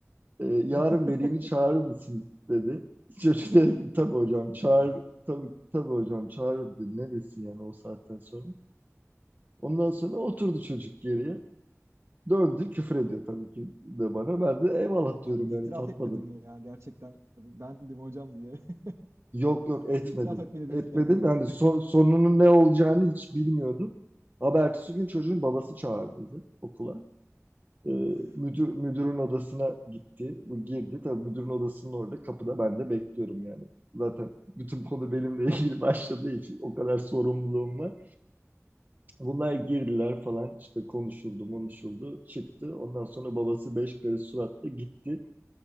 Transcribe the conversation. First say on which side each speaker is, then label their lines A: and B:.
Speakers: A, on the right (about 35°); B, on the right (about 60°).
A: e, yarın
B: <laughs>
A: velini çağırır mısın dedi. <laughs> Çocuk
B: Ay
A: dedi ki tabii
B: çok
A: hocam
B: kötüymüş
A: çağır
B: ya.
A: tabii tabii hocam çağırırım dedi. Neresi yani o saatten sonra. Ondan sonra oturdu çocuk geriye. Döndü küfür ediyor tabii ki de bana. Ben de eyvallah diyorum
B: Abi itiraf
A: yani satmadım.
B: etmedim mi ya gerçekten bendim hocam diye.
A: Yok yok
B: <laughs>
A: etmedim.
B: İtiraf etmeni
A: Etmedim
B: beklerdim yani.
A: yani son- sonunun ne olacağını hiç bilmiyordum. Ama ertesi gün çocuğun babası çağırdı okula.
B: <laughs>
A: E,
B: Of.
A: müdür, müdürün odasına gitti. Bu girdi. Tabii müdürün odasının orada kapıda ben de bekliyorum yani. Zaten bütün konu benimle <laughs> ilgili başladığı için o kadar sorumluluğum var. Bunlar girdiler falan işte konuşuldu konuşuldu çıktı. Ondan sonra babası beş karış suratla gitti.